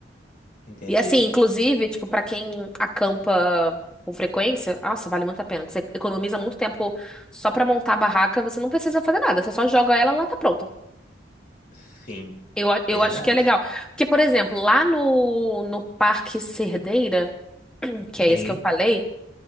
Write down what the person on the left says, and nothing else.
Entendi.
Sim,
verdade.
Sim,